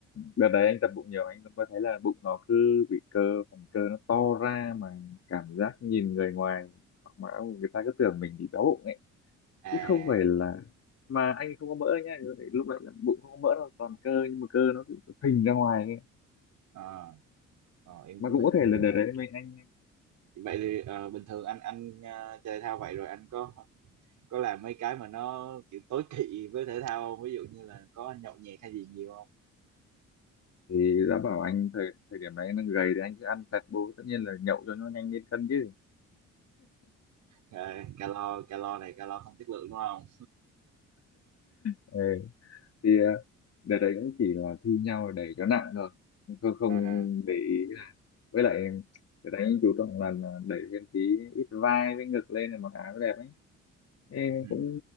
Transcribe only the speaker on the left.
đợt đấy anh tập bụng nhiều anh mới thấy là bụng nó cứ bị cơ phần cơ nó to ra mà cảm giác nhìn người ngoài hoặc mà người ta cứ tưởng mình bị béo bụng ấy
chứ không phải là mà anh không có mỡ nhá lúc đấy là bụng không có mỡ đâu toàn cơ nhưng mà cơ nó cứ phình ra ngoài ấy.
mà
cũng
có
thể là
đợt
đấy mình anh
thì đã bảo anh thời thời điểm đấy anh đang gầy thì anh cứ ăn tẹt bô tất nhiên là nhậu cho nó nhanh lên cân chứ
ừ. thì ờ, đợt đấy cũng chỉ là thi nhau để cho nặng thôi không không
để ý. với lại đợt đấy chú trọng là là đẩy thêm tí ít vai với ngực lên là mặc áo đẹp ấy Thế
cũng